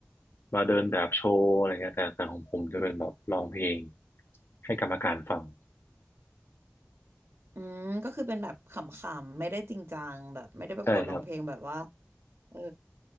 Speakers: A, on the left (about 65°); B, on the right (about 70°).
A: มาเดินแบบโชว์อะไรเงี้ยแต่แต่ของผมจะเป็นแบบร้องเพลงให้กรรมการฟัง
B: อืมก็คือเป็นแบบขำๆไม่ได้จริงจังแบบไม่ได้ประกวดร้องเพลงแบบว่า
A: ใช่ครับ
B: เออ